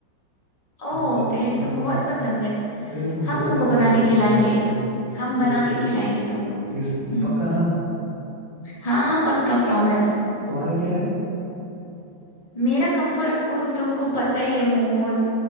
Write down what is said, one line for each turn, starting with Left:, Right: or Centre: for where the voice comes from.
Left: ओह
Right: जो कॉल
Left: तहरी
Right: हम्म
Left: तुमको बहुत पसंद है
Right: अरे तुम
Left: हम
Right: बोल
Left: तुमको
Right: दी
Left: बना
Right: तहरी मेरा
Left: के खिलाएंगे
Right: मन कर गया
Left: हम
Right: बिल्कुल
Left: बना
Right: यार
Left: के खिलाएंगे तुमको हम्म
Right: प्लीज पक्का ना
Left: हाँ हाँ पक्का प्रॉमिस
Right: तुम्हारा क्या है
Left: मेरा कंफर्ट फूड तुमको पता ही है मोमोज